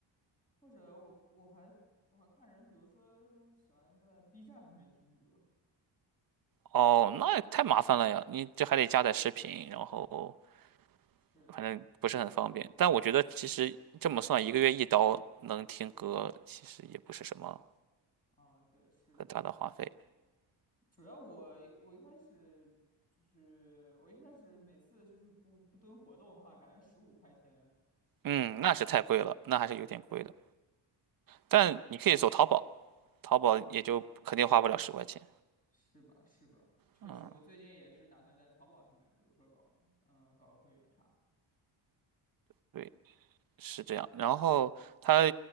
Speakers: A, on the left (about 15°); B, on the right (about 45°).
A: 或者我我还我还看人，比如说他们喜欢站在 B 站上面听歌。
B: 哦，那也太麻烦了呀，你这还得加载视频，然后
A: 是的，
B: 反正不是很方便。但我觉得其实这么算，一个月一刀能听歌，其实也不是什么
A: 嗯，对，是的。
B: 很大的花费。
A: 主要我我一开始就是我一开始每次就是不不蹲活动的话，感觉十五块钱，
B: 嗯，
A: 呃，
B: 那是太贵了，
A: 感觉
B: 那还是有点贵的。
A: 是
B: 但你可以走淘宝，
A: 是
B: 淘宝也就肯定花不了十块钱。
A: 是吧是吧？确实，
B: 嗯，
A: 我最近也是打算在淘宝上面，比如说搞嗯、呃搞会员啥的。
B: 对，是这样。然后它